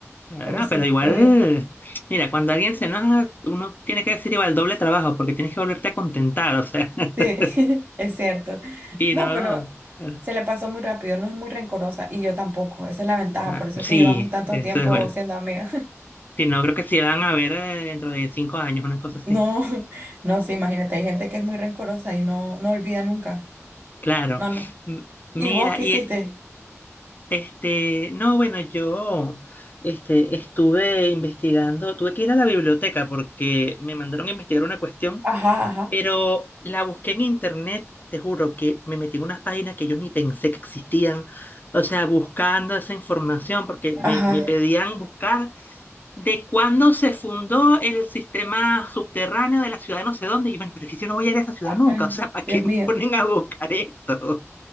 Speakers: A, on the left (about 35°); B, on the right (about 35°).
A: Pero
B: Pero
A: no,
B: sí,
A: pero igual,
B: todo bien.
A: mira, cuando alguien se enoja, uno tiene que decir igual doble trabajo, porque tienes que volverte a contentar, o sea, <laughs>
B: Sí, <laughs> es cierto.
A: y
B: No,
A: no,
B: pero
A: claro,
B: se le pasó muy rápido, no es muy rencorosa y yo tampoco. Esa es la ventaja,
A: ah,
B: por eso es
A: sí,
B: que llevamos tanto
A: eso
B: tiempo
A: es bueno.
B: siendo amigas.
A: Si no, creo que sí van a ver eh, dentro de cinco años, una cosa así.
B: No, <laughs> no, sí, imagínate, hay gente que es muy rencorosa y no, no olvida nunca.
A: Claro.
B: No, no.
A: M-
B: ¿Y
A: mira,
B: vos qué
A: y
B: hiciste?
A: eh, este, no, bueno, yo este, estuve investigando, tuve que ir a la biblioteca porque me mandaron a investigar una cuestión
B: Ajá, ajá,
A: Pero la busqué en internet, te juro que me metí en unas páginas que yo ni pensé que existían. O sea, buscando esa información, porque me,
B: ajá,
A: me pedían buscar de cuándo se fundó el sistema subterráneo de la ciudad de no sé dónde. Y yo, bueno, pero si yo no voy a ir a esa ciudad
B: ajá,
A: nunca, o sea, ¿para
B: Dios
A: qué
B: mío.
A: me ponen a buscar esto?